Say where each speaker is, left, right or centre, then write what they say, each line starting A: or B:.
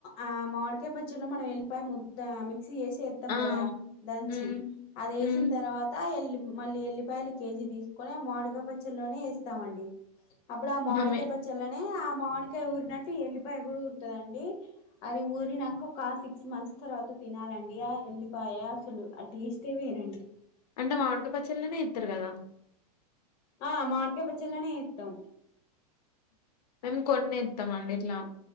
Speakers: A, on the left; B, on the left.
A: ఆ మాడికాయ పచ్చడిలో మనం ఎల్లిపాయ ము ద మిక్సీ వేసి ఎస్తాం
B: ఆ!
A: కదా దంచి
B: హ్మ్.
A: అది వేసిన
B: హ్మ్.
A: తర్వాత ఎల్ మళ్ళీ ఎల్లిపాయలు కేజీ తీసుకొని మామిడికాయ పచ్చలోనే ఎస్తామండి అప్పుడు ఆ మామిడికాయ
B: అహా! మే
A: పచ్చడిలోనే ఆ మామిడికాయ ఊరినట్టు ఈ ఎల్లిపాయ కూడా ఊరుతది అండి అది ఊరి నాక ఒక సిక్స్ మంత్స్ తర్వాత తినాలండి ఎళ్ళిపోయా అసలు టెస్ట్ ఏ వేరండి
B: అంటే మామిడి కాయ పచ్చళ్ళనే ఎస్తారు కదా
A: ఆ మామిడికాయ పచ్చడిలోనే వేస్తాం
B: మేము కొన్ని ఎస్తామ అండి ఇట్లా